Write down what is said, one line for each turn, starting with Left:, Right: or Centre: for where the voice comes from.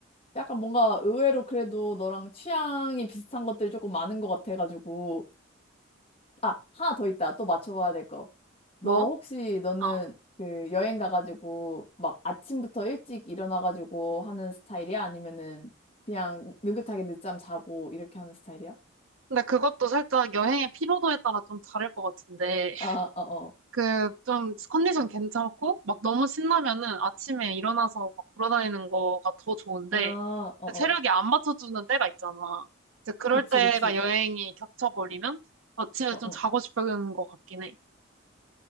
Left: 약간 뭔가 의외로 그래도 너랑 취향이 비슷한 것들이 조금 많은 것 같아가지고. 아, 하나 더 있다. 또 맞춰봐야 될 거. 너
Right: 뭐?
Left: 혹시 너는
Right: 아,
Left: 그 여행 가가지고 막 아침부터 일찍 일어나가지고 하는 스타일이야? 아니면은 그냥 느긋하게 늦잠 자고 이렇게 하는 스타일이야?
Right: 근데 그것도 살짝 여행의 피로도에 따라 좀 다를 것 같은데,
Left: 아, 어, 어.
Right: 그, 좀, 컨디션 괜찮고, 막 너무 신나면은 아침에 일어나서 막 돌아다니는 거가 더 좋은데,
Left: 아, 어,
Right: 근데
Left: 어.
Right: 체력이 안 받쳐주는 때가 있잖아. 이제 그럴
Left: 그치,
Right: 때가
Left: 그치.
Right: 여행이 겹쳐버리면 아침에
Left: 어,
Right: 좀
Left: 어.
Right: 자고 싶은 것 같긴 해.